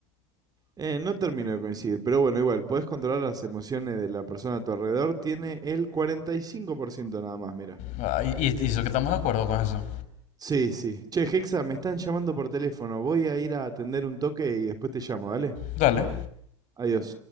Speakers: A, on the right (about 25°); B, on the left (about 50°).
A: Eh, no termino de coincidir, pero bueno, igual, podés controlar las emociones de la persona a tu alrededor, tiene el 45% nada más, mira.
B: Ah, Y, y eso que estamos de acuerdo con eso.
A: Sí, sí. Che, Hexa, me están llamando por teléfono, voy a ir a atender un toque y después te llamo, dale.
B: Dale.
A: Adiós.